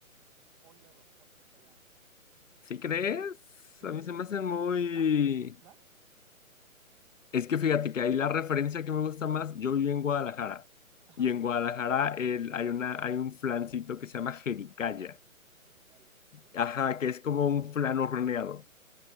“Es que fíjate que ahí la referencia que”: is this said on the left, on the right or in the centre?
Left